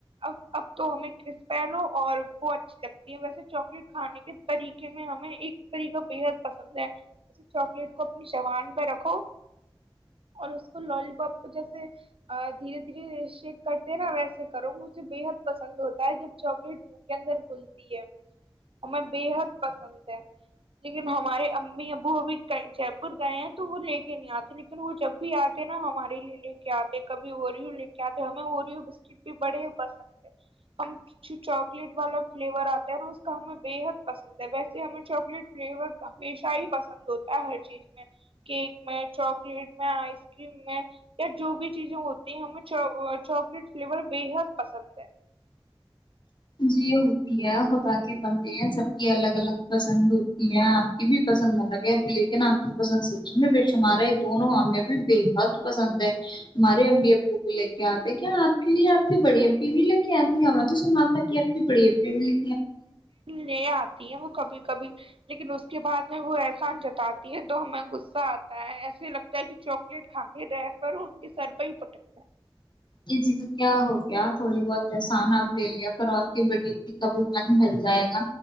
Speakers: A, on the right; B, on the left.
A: اب اب تو ہمیں کرسپ لو اور وہ اچھی لگتی ہے ویسے چاکلیٹ کھانے کے طریقے میں ہمیں <unintelligible> ایک طریق بےحد پسند ہے جیسے چاکلیٹ کو اپنی شبان پہ رکھو اور اس کو لال پاپ کو جیسے دھیرے دھیرے شیک کرتے ہیں نا ویسے کرو مجھے بے حد پسند ہوتا ہے جب چاکلیٹ مو کے اندر گھلتی ہے اور میں بےحد پسند لیکن ہمارے امی ابو ابھی جے پور گئے ہیں تو وہ لے کے نہیں آتے لیکن وہ جب بھی آتے نا ہمارے لیے لے کے آتے کبھی اوریو لے کے آتے ہمیں اوروریو بسکٹ بھی بڑے پسند ہیں ہم جو چاکلیٹ والا فلیور آتا ہے نا اس کا ہمیں بے حد پسند ہے ویسے سے ہمیں چاکلیٹ فلیور ہمیشہ ہی پسند ہوتا ہے ہر چیز میں کیک میں چاکلیٹ میں آئس کریم میں یا جو بھی چیزیں ہوتی ہیں ہمیں چاکلیٹ فلیور بےحد پسند ہے
B: جی ہوتی ہے ہوتا کے بندے ہیں سب کی الگ الگ پسند ہوتی ہے آپ کی بھی پسند الگ ہے لیکن آپ کی پسند سچ میں ب شمارے دونوں ہمیں بھی بےحد پسند ہے ہمارے ابی ابو بھی لے کے آتے کیا آپ کے لیے آپ کے بڑی ابی بھی لے کے آتی ہم تو س آپ ت کہ آپ کی بڑی اھی ہوئی
A: لے آ وہ کبھی کبھی لیکن اس کے بعد میں وہ احسان جتاتی ہے تو ہمیں غصہ آتا ہے ایسے لگتا ہے کہ چاکلیٹ کھا کے رہے وہ ان کے سر پہ ہی پٹک رہے
B: ج جی تو کیا ہو گیا تھوڑی بہت احسان آپ لے لیا کر آپ کی بڑی ا کا بھی من ڈل جائے گا